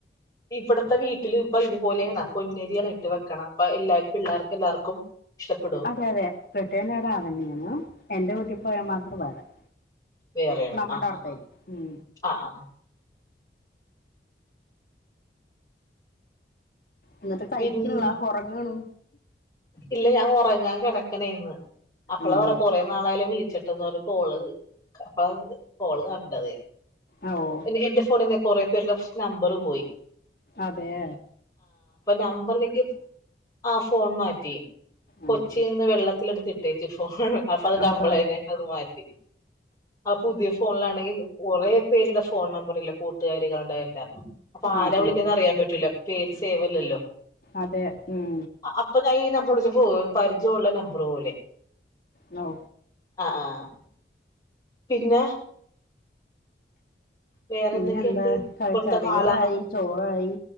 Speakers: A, on the left; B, on the left.
A: ഇവിടത്തെ വീട്ടിൽ ഇപ്പൊ ഇതുപോലാണ പൊന്നരിയാണോ ഇട്ട് വെക്കണ അപ്പ എല്ലാർക്കും പിള്ളേർക്ക എല്ലാർക്കും ഇഷ്ടപ്പെടും
B: അതെ അതെ ബിട്ടേനട <unintelligible> അതന്നെയാണ് എന്റെ വീട്ടിൽ പോയാൽ മാത്രം വേറെ-
A: വേറെയാണ്
B: നമ്മടെ
A: ആഹ്
B: അടുത്തായി
A: ആഹ്
B: ഉം
A: ആഹ് ആ
B: എന്നിട്ട് കഴിക്ക്ണില്ല
A: പിന്നെ
B: ഒറങ്ങാണു
A: ഇല്ല ഞാൻ ഒറങ്ങാൻ കെടക്കണേന്ന് അപ്പളാർ
B: ഉം
A: നാളായാല്ല വിളിച്ചിട്ടന്നരു കോള് അപ്പ കോള് കണ്ടത്
B: ഓ ഓ
A: എൻ്റെ എന്റെ ഫോണിന്നെ കൊറെ പേരുടെ നമ്പർ പോയി
B: അതേ
A: നമ്പർക്ക് ആഹ് ഫോൺ മാറ്റി കൊച്ചിന്ന്
B: ഉം
A: വെള്ളത്തി എടുത്തിട്ട ട്ടേച്ച് ഫോൺ അപ്പൊ അത് കംപ്ലയിന്റായപ്പാ
B: അതാ
A: അത് മാറ്റി ആഹ് പുതിയ ഫോണിലാണെങ്കിൽ കുറെ പേരുടെ ഫോൺ നമ്പറില്ല കൂട്ടുകാർ കാണ ടെ എല്ലാ അപ്പൊ
B: ആഹ്
A: ആര വിളിക്കുന്നെ
B: ആഹ്
A: അറിയാൻ പറ്റൂല പേര് സേവല്ലല്ലോ
B: അതെ ഉം
A: അപ്പൊ ഞാൻ ഈ നമ്പർ വിളിച്ചപ്പോ ഒരു പരിചയമുള്ള നമ്പർ പോലെ
B: നോ
A: ആഹ് ആഹ് പിന്നെ വേറെന്തൊക്കെയുണ്ട്
B: പിന്നെന്താ ക
A: ഇപ്പോഴത്തെ
B: കറികളായി
A: കാലാവസ്ഥ
B: ചോറായി